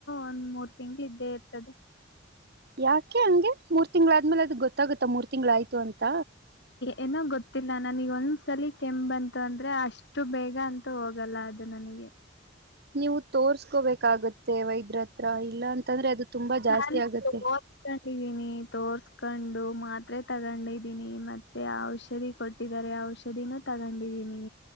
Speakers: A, on the left; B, on the right.
A: ಒಂದ್ ಮೂರ್ ತಿಂಗಳು ಇದ್ದೇ ಇರ್ತದೆ
B: ಯಾಕೆ ಹಂಗೆ ಮೂರ್ ತಿಂಗಗಳಾದ್ಮೇಲೆ ಅದ ಗೊತ್ತಾಗುತ್ತಾ ಮೂರ್ ತಿಂಗಳು ಆಯ್ತು ಅಂತ
A: ಏನೋ ಗೊತ್ತಿಲ್ಲ ನನಗೆ ಒಂದ್ಸಲಿ ಕೆಮ್ಮುಅಂದ್ರೆ ಅಷ್ಟು ಬೇಗ ಅಂತೂ ಹೋಗಲ್ಲ ಅದು ನನಗೆ
B: ನೀವು ತೋರ್ಸ್ಕೋಬೇಕಾಗತ್ತೆ ವೈದ್ಯ್ರ ಹತ್ರ ಇಲ್ಲ ಅಂತಂದ್ರೆ ಅದು ತುಂಬಾ ಜಾಸ್ತಿ
A: ನಾನು
B: ಆಗತ್ತೆ
A: ತೋರ್ಸ್ಕೊಂಡಿದೀನಿ ತೋರ್ಸ್ಕೊಂಡು ಮಾತ್ರೆ ತಗೊಂಡಿದ್ದೀನಿ ಮತ್ತೆ ಔಷಧಿ ಕೊಟ್ಟಿದ್ದಾರೆ ಔಷ ದಿನ ತಗೊಂಡಿದೀನಿ